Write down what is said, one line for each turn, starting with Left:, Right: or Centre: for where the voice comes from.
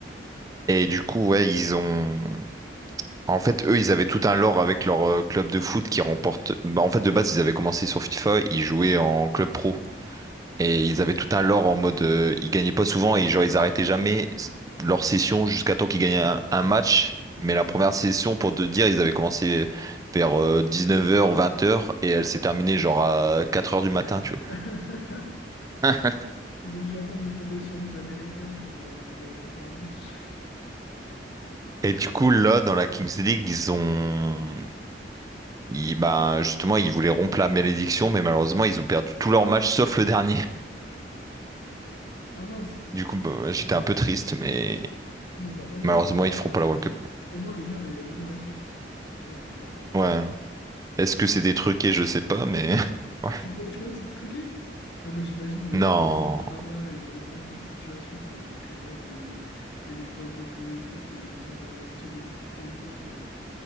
Right: Et du coup, ouais, ils ont En fait, eux, ils avaient tout un lore avec leur euh, club de foot qui remporte. Bah, en fait, de base, ils avaient commencé sur FIFA, ils jouaient en club pro. Et ils avaient tout un lore en mode. euh, ils gagnaient pas souvent et genre, ils arrêtaient jamais s- leur session jusqu'à temps qu'ils gagnaient un, un match. Mais la première session, pour te dire, ils avaient commencé vers 19h, 20h et elle s'est terminée genre à 4h du matin, tu
Left: <laughs>
Right: vois. <laughs>
Left: Ils ont dû attendre de tomber sur des Américains pour, euh, pour gagner enfin un match.
Right: Et du coup, là, dans la Kings League, ils ont. ils- ben, justement, ils voulaient rompre la malédiction, mais malheureusement, ils ont perdu tous leurs matchs sauf le dernier.
Left: Ah mince.
Right: Du coup, bah, ouais, j'étais un peu triste, mais
Left: Bon, bah, au moins,
Right: malheureusement,
Left: ils ont...
Right: ils feront pas la World Cup.
Left: au moins l'honneur est... l'honneur est sauf. Et ça, c'est important.
Right: Ouais. Est-ce que c'est des truqués, Je sais pas, mais. <laughs> ouais.
Left: Tu crois, tu crois que c'était truqué? Ah bah j'imagine il doit
Right: Non.
Left: y avoir tellement de drama et de retournement de situation avec toutes les règles et, et les fois 2 pour les buts et les tirs, euh, tirs au but du président. euh.